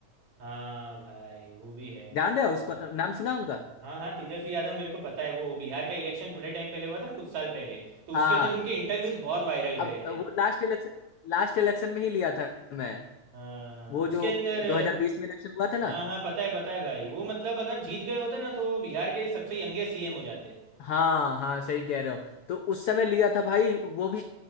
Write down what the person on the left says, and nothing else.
जान रहे हो उसको
नाम सुना है उनका
हाँ
अब
वो लास्ट इलेक्शन लास्ट इलेक्शन में ही लिया था मैं
वो
जो
2020 में इलेक्शन हुआ था
ना
हाँ हाँ सही कह रहे हो तो उस समय लिया था भाई वो भी